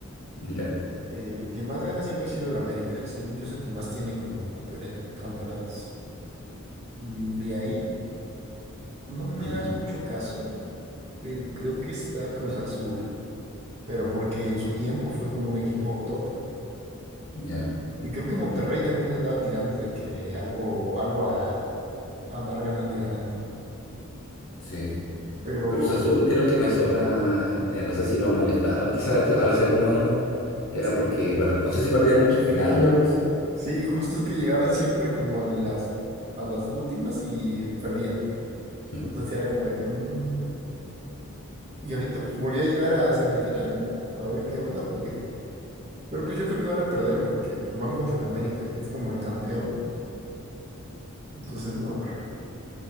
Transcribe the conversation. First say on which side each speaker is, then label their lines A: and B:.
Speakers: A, on the left (about 75°); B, on the right (about 30°).
A: Ya.
B: El que más gana siempre ha sido el América, según yo es el que más tiene como campeonet- campeonatos. Mm, De ahí, no me
A: Ujú,
B: hagas mucho caso, pero creo que está Cruz Azul, pero porque en su tiempo fue como un equipo top.
A: Ya,
B: Y creo que Monterrey también le andaba tirando de que algo, algo a andar ganando y ganando.
A: sí.
B: Pero
A: Cruz Azul
B: pues,
A: creo que me suena,
B: sí,
A: eh, no sé si lo molestaban quizás aquí- hace algunos años, era
B: Sí.
A: porque, per- no sé si perdieron muchas finales o algo así.
B: Sí, justo es que llegaban siempre como a las, a las últimas y perdían.
A: <laughs>
B: Entonces sí era como de que... mm. Y ahorita pues volví a llegar a semifinal, a ver qué onda, porque... Pero pues yo creo que van a perder porque pues van contra el América, que es como el campeón. Entonces, no, hombre.